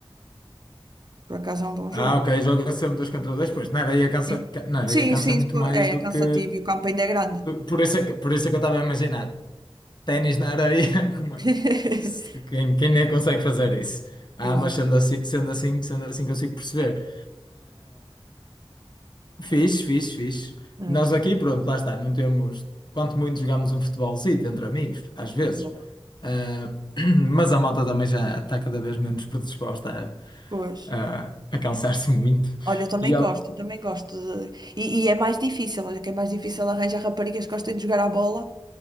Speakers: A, on the right (about 45°); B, on the left (about 50°).
A: por acaso é um bom jogo.
B: Ah, ok, joga sempre dois contra dois, pois. Na areia cansa,
A: Sim,
B: ca- na areia
A: sim,
B: cansa
A: sim,
B: muito
A: isso
B: mais
A: é
B: do
A: cansativo
B: que.
A: e o campo ainda é grande.
B: do- Por isso é que, por isso é que eu estava a imaginar. Ténis na areia, <laughs> como
A: <laughs>
B: é? Se- Quem, quem nem consegue fazer isso? Ah,
A: Exato.
B: mas sendo assim, sendo assim, sendo assim consigo perceber. Fiz, fiz, fiz.
A: É.
B: Nós aqui, pronto, lá está, não temos. Quanto muito jogamos um futebolzito entre amigos, às vezes.
A: Bom,
B: Ah, <clears throat> mas a malta também já está cada vez menos predisposta
A: Pois.
B: a, a, a cansar-se muito.
A: Olha, eu também
B: E ao-
A: gosto, eu também gosto de... E, e é mais difícil, olha que é mais difícil arranjar raparigas que gostem de jogar à bola